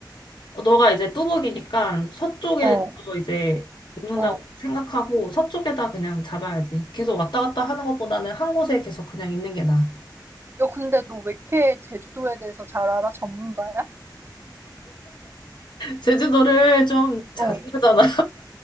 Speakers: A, on the left (about 70°); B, on the right (about 30°).
A: 어, 너가 이제 뚜벅이니까 서쪽에서
B: 어,
A: 이제 묵는다고
B: 어.
A: 생각하고, 서쪽에다 그냥 잡아야지. 계속 왔다 갔다 하는 것보다는 한 곳에 계속 그냥 있는 게 나아.
B: 야, 근데 너 왜 이렇게 제주도에 대해서 잘 알아? 전문가야?
A: 제주도를 좀 자주
B: 어.
A: 가잖아.